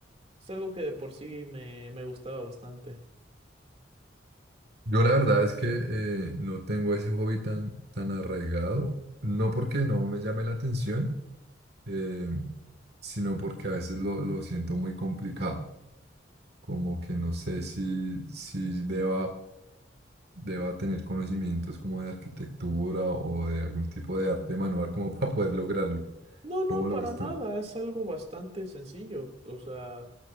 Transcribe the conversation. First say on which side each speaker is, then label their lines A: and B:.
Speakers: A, on the right; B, on the right.
A: Es algo que de por sí me, me gustaba bastante.
B: Yo la verdad es que eh, no tengo ese hobby tan, tan arraigado, no porque no me llame la atención, eh, sino porque a veces lo, lo siento muy complicado, como que no sé si, si deba, deba tener conocimientos como de arquitectura o de algún tipo de arte manual como <laughs> para poder lograrlo.
A: No, no,
B: ¿Cómo
A: para
B: lo ves
A: nada,
B: tú?
A: es algo bastante sencillo, o sea,